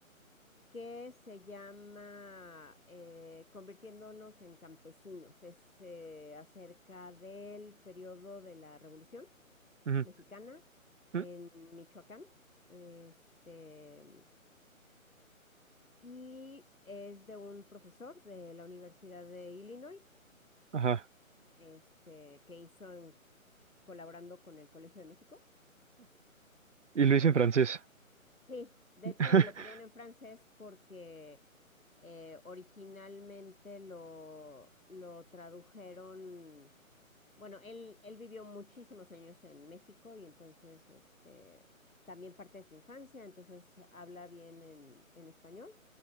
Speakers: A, on the left; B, on the right.
A: que se llama eh, Convirtiéndonos en campesinos. Es eh, acerca del periodo de la Revolución
B: Ujú,
A: Mexicana en
B: ujú,
A: Michoacán. Este, y es de un profesor de la Universidad de Illinois,
B: Ajá.
A: este, que hizo en- colaborando con el Colegio de México.
B: Y lo
A: En-
B: hice en francés.
A: Sí, de
B: <laughs>
A: hecho lo pidieron en francés porque eh, originalmente lo, lo tradujeron, bueno, él, él vivió muchísimos años en México y entonces este, también parte de su infancia, entonces habla bien en, en español,